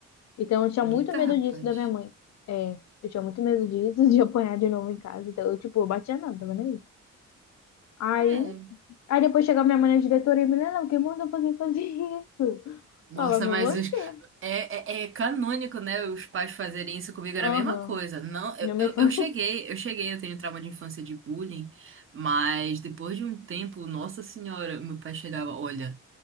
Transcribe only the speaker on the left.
Então eu tinha
muito medo
disso da minha mãe. É, eu tinha muito medo disso, <laughs> de apanhar de novo em casa. Então eu, tipo, eu batia nada, tava nem aí.
Aí, aí depois chegava minha mãe na diretoria e me não, quem mandou você fazer <laughs> isso?
Ela foi
você.
Aham.
Minha mãe
fala: